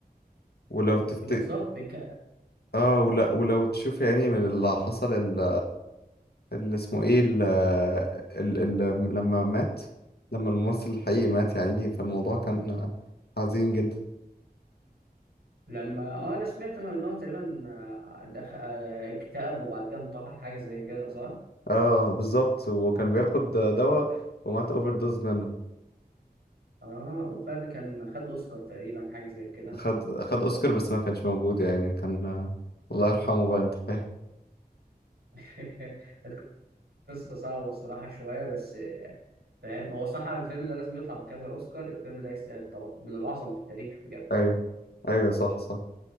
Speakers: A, on the left (about 75°); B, on the right (about 80°).
A: ولو
B: ب-
A: تفت...
B: بالظبط بك...
A: اه ولا ولو تشوف يعني من اللي حصل ال- اللي اسمه ايه ال ال ال لما مات لما الممثل الحقيقي مات يا عيني فالموضوع كان حزين جدا
B: لما اه انا سمعت ان هو تقريبا آه، دخل آه، اكتئب وبعد كده انتحر حاجه زي كده صح؟
A: اه بالظبط وكان بياخد دواء ومات اوفر دوز منه
B: اه وخد كان خد اوسكار تقريبا حاجه زي كده
A: اخد اخد اوسكار بس ما كانش موجود يعني كان الله يرحمه بقى انت فاهم
B: <laughs> القصه صعبه الصراحه شويه بس آه، فاهم هو صح الفيلم ده لازم يطلع بكذا اوسكار الفيلم ده يستاهل طبعا من الاعظم في التاريخ بجد
A: ايوه ايوه صح صح